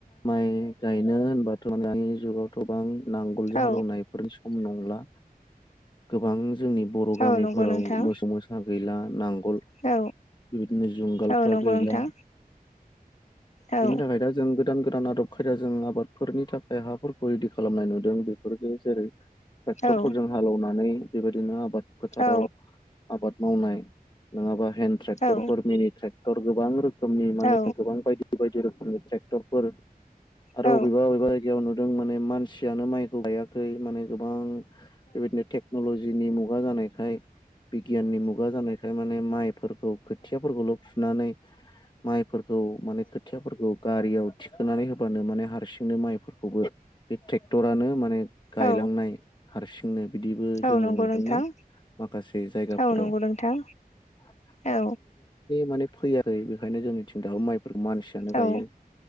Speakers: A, on the left; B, on the left.
A: माइ गायनो होनबाथ' दानि जुगावथ' बां नांगोलजों
B: औ
A: हालेवनायफोरनि सम नंला गोबां जोंनि बर'
B: औ
A: गामिफोराव
B: नंगौ नोंथां
A: मोसौ-मोसा गैला नां गल बेबायदिनो
B: औ
A: जुंगालफ्रा
B: औ नंगौ
A: गैला।
B: नोंथां औ
A: बेनि थाखाय दा जों गो दान गोदान आदब खायदाजों आबादफोरनि थाखाय हाफोरखौ रेडि खालामनाय नुदों बेफोरजों जेरै ट्रेक्टरफोरजों
B: औ
A: हालेवनानै बेबायदिनो आबाद फोथाराव
B: औ
A: आबाद मावनाय नोङाबा हेन ट्रेक्टरफोर
B: औ
A: मिनि ट्रेक्टर गोबां रोखोमनि माने
B: औ
A: गोबां बायदि बायदि रोखोमनि ट्रेक्टर फोर आरो
B: औ
A: अबेबा-अबेबा जायगायाव नु दों माने मानसियानो माइखौ गायाखै माने गोबां बेबायदिनो टेकनलजिनि मु गा जानायखाय बिगियाननि मुगा जानायखाय माने माइफोरखौ खोथियाफोरखौल' फुनानै। माइफोरखौ माने खोथियाफोरखौ गारियाव थिखोनानै होबानो माने हारसिंनो माइफोरखौबो बे ट्रेक्टरानो माने गायलांनाय
B: औ
A: हारसिंनो। बिदिबो
B: औ
A: जोङो
B: नंगौ
A: नुदोंना
B: नोंथां
A: माखासे जायगाफोराव।
B: औ नंगौ नोंथां
A: <unintelligible>
B: औ
A: माने फैयाखै बेखायनो जोंनिथिं दाबो माइफोरखौ मानसियानो गायो।
B: औ